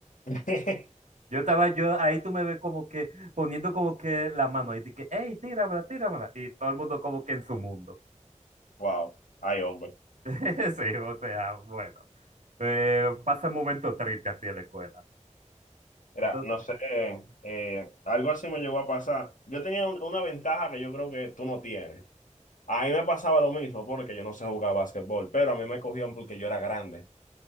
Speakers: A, on the left; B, on the right.
A: <laughs>
B: Yo estaba yo, ahí tú me ves como que poniendo como que la mano ahí, de que, hey, tíramela, tíramela. Y todo el mundo como que en su mundo.
A: Wow, ay hombre.
B: <laughs> Sí, o sea, bueno. Eh, pasa un momento triste así en la escuela.
A: Mira,
B: Entonces,
A: no sé, eh, algo así me llegó a pasar. Yo tenía un- una ventaja que yo creo que tú no tienes. A mí me pasaba lo mismo porque yo no sé jugar básquetbol, pero a mí me cogían porque yo era grande.